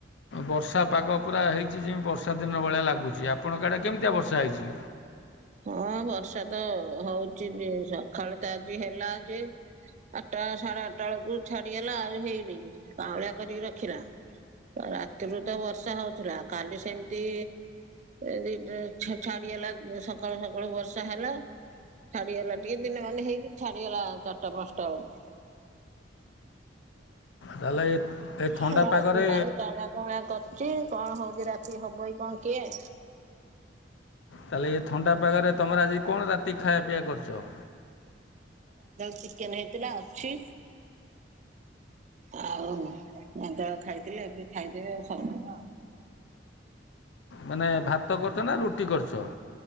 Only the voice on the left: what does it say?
ବର୍ଷା ପାଗ ପୁରା ହେଇଛି, ଯେମିତି ବର୍ଷା ଦିନ ଭଳିଆ ଲାଗୁଚି। ଆପଣଙ୍କ ଆଡ଼େ କେମିତିଆ ବର୍ଷା ହେଇଚି?
ତାହେଲେ ଏ ଥଣ୍ଡା
ପାଗରେ
ତାହେଲେ ଏ ଥଣ୍ଡା ପାଗରେ, ତମର ଆଜି କଣ ରାତି ଖାଇବା, ପିଇବା କରୁଚ?
ମାନେ ଭାତ କରିଚ ନା ରୁଟି କରିଚ?